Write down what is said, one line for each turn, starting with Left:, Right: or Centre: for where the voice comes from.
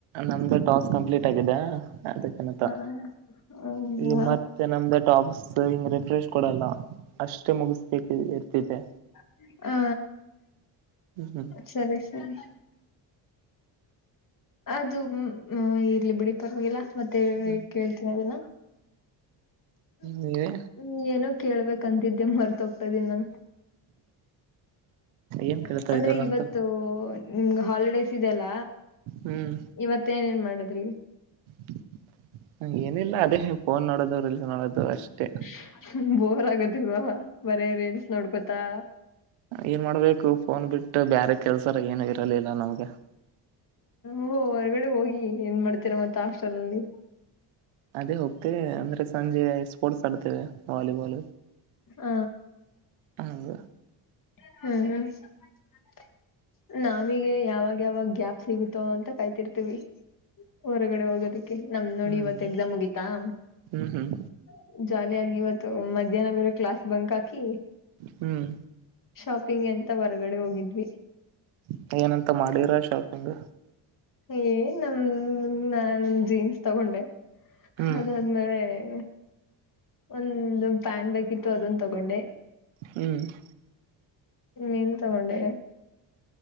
Right: ನಮ್ಮದು <inaudible> ಟಾಸ್ ಕಂಪ್ಲೀಟ್ ಆಗಿದೆ. ಅದ ಚನತ್ತ
Left: ಹಾ ಹೌದಾ
Right: ಈಗ ಮತ್ತೆ ನಮ್ಮದ <inaudible> ಟಾಪ್ಸ್ <inaudible> ರಿಫ್ರೆಶ್ ಕೊಡಲ್ಲ ಅಷ್ಟೇ ಮುಗಿಸತ್ತಿದೆ ಇರ್ತಿದೆ.
Left: <inaudible> ಆ
Right: ಹ್ಮ್
Left: ಸರಿ ಸರಿ. ಅದು ಹೂಂ ಇಲ್ಲಿ ಬಿಡಿ ಪರ್ವಾಗಿಲ್ಲ ಮತ್ತೆ
Right: ಹ್ಮ್
Left: <inaudible> ಕೇಳ್ತೀನಿ ಅದನ್ನ. <inaudible>
Right: ನೀವೇ
Left: ಹ್ಮ್ ಏನೋ ಕೇಳಬೇಕಂತಿದ್ದೆ ಮರೆತು ಹೋಗ್ತಾ ಇದೀನಿ ನಾನು.
Right: ಏನ್
Left: <inaudible>
Right: ಕೇಳ್ತಾ
Left: ಅಂದ್ರೆ
Right: ಇದ್ದೀರ
Left: ಇವತ್ತು.
Right: ಅಂತ
Left: ನಿಮಗ ಹಾಲಿಡೇಸ್ ಇದೆಲ್ಲ
Right: ಹ್ಮ್
Left: ಇವತ್ತ ಏನೇನ್ ಮಾಡದ್ರಿ.
Right: <inaudible> ಏನಿಲ್ಲ ಅದೇ ಫೋನ್ ನೋಡೋದು ರೀಲ್ಸ್ ನೋಡೋದು ಅಷ್ಟೇ.
Left: <inaudible> ಬೋರ್ ಆಗದಿಲ್ವಾ ಬರೇ ರೀಲ್ಸ್ ನೋಡ್ಕೋತಾ.
Right: ಏನ್ ಮಾಡಬೇಕು ಫೋನ್ ಬಿಟ್ಟರ ಬ್ಯಾರೆ ಕೆಲಸರ ಏನು ಇರಲಿಲ್ಲ ನಮಗ. <inaudible>
Left: ಓ ಹೊರಗಡೆ ಹೋಗಿ ಏನ್ ಮಾಡ್ತೀರ ಮತ್ತ ಹಾಸ್ಟೆಲಲ್ಲಿ.
Right: ಅದೇ ಹೋಗ್ತೇವೆ ಅಂದ್ರೆ ಸಂಜೆ ಸ್ಪೋರ್ಟ್ಸ್ ಆಡತ್ತೆವೆ ವಾಲಿಬಾಲ್.
Left: <inaudible> ಹ.
Right: ಹೌದು. <unintelligible>
Left: <inaudible> <unintelligible> <inaudible> ನಮಗೆ ಯಾವಾಗ ಯಾವಾಗ ಗ್ಯಾಪ್ ಸಿಗುತ್ತೋ ಅಂತ ಕಾಯ್ತಿರ್ತೀವಿ. ಹೊರಗಡೆ ಹೋಗೋದಿಕ್ಕೆ ನಮ್ಮದ ನೋಡಿ
Right: ಹ್ಮ್
Left: ಇವತ್ತ ಎಕ್ಸಾಮ್ ಮುಗೀತಾ. <inaudible>
Right: ಹ್ಮ್ ಹ್ಮ್
Left: ಜಾಲಿ ಆಗಿ ಇವತ್ತು ಮಧ್ಯಾಹ್ನ ಬೇರ ಕ್ಲಾಸ್ ಬಂಕ್ ಹಾಕಿ.
Right: ಹ್ಮ್.
Left: ಶಾಪಿಂಗ್ ಅಂತ ಹೊರಗಡೆ ಹೋಗಿದ್ವಿ.
Right: <inaudible> ಏನಂತ ಮಾಡಿರ ಶಾಪಿಂಗ್.
Left: ಏ ನಮ್ <inaudible> ನಾನು ಜೀನ್ಸ್ ತಗೊಂಡೆ.
Right: ಹ್ಮ್
Left: ಅದಾದ್ಮೇಲೆ. <inaudible> ಒಂದು ಪ್ಯಾನ್ ಬೇಕಿತ್ತು ಅದನ್ನ ತೋಗೊಂಡೆ.
Right: ಹ್ಮ್. <inaudible>
Left: <inaudible> ನಿನ್ನೆ ತೋಗೊಂಡೆ.